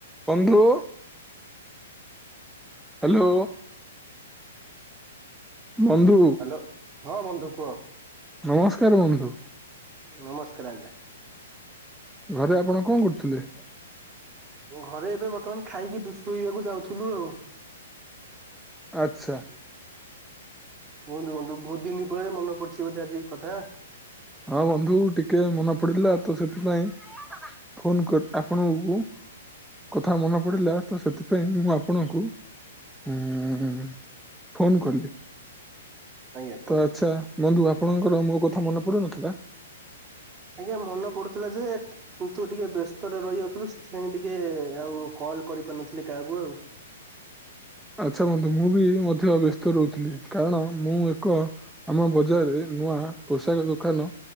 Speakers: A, in the centre; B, on the right.
A: ବନ୍ଧୁ ହ୍ୟାଲୋ ବନ୍ଧୁ
B: ହ୍ୟାଲୋ ହଁ ବନ୍ଧୁ କୁହ
A: ନମସ୍କାର ବନ୍ଧୁ
B: ନମସ୍କାର ଆଜ୍ଞା।
A: ଘରେ ଆପଣ କଣ କରୁଥିଲେ?
B: ଘରେ ଏବେ ବର୍ତ୍ତମାନ ଖାଇକି ଶୋଇବାକୁ ଯାଉଥିଲୁ ଆଉ।
A: ଆଚ୍ଛା।
B: କୁହନ୍ତୁ ବନ୍ଧୁ ବହୁତ ଦିନ ପରେ ମନ ପଡିଛି ବୋଧେ ଆଜି କଥା।
A: ହଁ ବନ୍ଧୁ ଟିକେ ମନେ ପଡିଥିଲା ତ ସେଥିପାଇଁ ଫୋନ କରି ଆପଣକୁ କଥା ମନେ ପଡ଼ିଲା ତ ସେଥିପାଇଁ ମୁଁ ଆପଣଙ୍କୁ ହଁ ଫୋନ କଲି।
B: ଆଜ୍ଞା କୁହନ୍ତୁ।
A: ତ ଆଚ୍ଛା ବନ୍ଧୁ ଆପଣଙ୍କର ମୋ କଥା ମନେ ପଡୁନଥିଲା?
B: ଆଜ୍ଞା ମନେ ପଡୁଥିଲା ଯେ କି ତୁ ଟିକେ ବ୍ୟସ୍ତରେ ରହି ଯାଉଥିଲୁ ସେଥିପାଇଁ ଟିକେ ଆଉ କଣ କଲ କରିପାରୁନଥିଲି କାହାକୁ ଆଉ।
A: <inaudible> ଆଚ୍ଛା ବନ୍ଧୁ ମୁଁ ବି ମଧ୍ୟ ବ୍ୟସ୍ତ ରହୁଥିଲି କାରଣ ମୁଁ ଏକ ଆମ ବଜାରରେ ନୂଆ ପୋଷାକ ଦୋକାନ